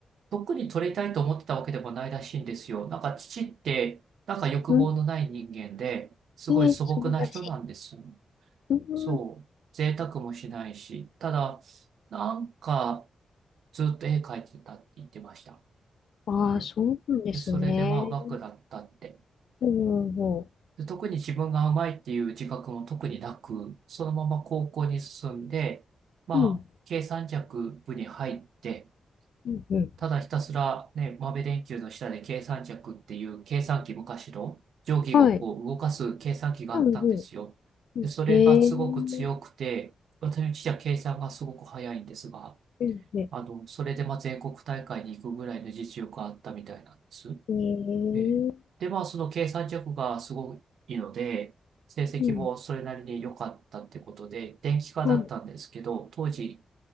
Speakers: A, on the right; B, on the left.
A: 特に取りたいと思ってたわけでもないらしいんですよ。なんか父って、なんか欲望のない人間で、
B: うん。
A: すごい素朴な人なんです。
B: ええ、素晴らしい。うん。
A: そう。贅沢もしないし。ただ、なんか、ずっと絵描いてたって言ってました。
B: ああ、
A: はい。
B: そうなんですね。
A: で、それでまあうまくなったって。
B: ほうほう
A: で、特に自分がうまいっていう自覚も特になく、そのまま高校に進んで、まあ、
B: う。ん。
A: 計算尺部に入って、
B: うん、うん。
A: ただひたすらね、豆電球の下で計算尺っていう計算機昔の定規をこう動かす計算機があったんですよ。
B: はい。うん、うん。うん。
A: で、それがすごく強くて、
B: ええ。う
A: 私の父は計算がすごく早いんですが、
B: ん、ね。
A: あの、それでまあ全国大会に行くぐらいの実力があったみたいなんです。
B: ええ。
A: えーで、まあ、その計算力がすごいので、成績もそれなりに良かったってことで、
B: うん。
A: 電気科だったんですけど、
B: うん。
A: 当時、